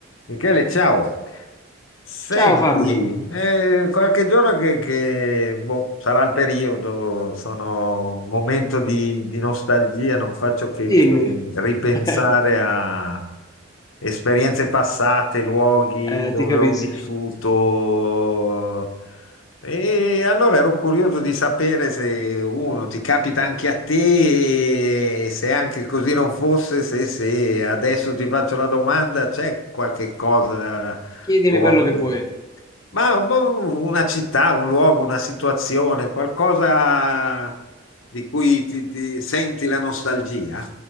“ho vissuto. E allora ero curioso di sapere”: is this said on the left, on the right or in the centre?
Left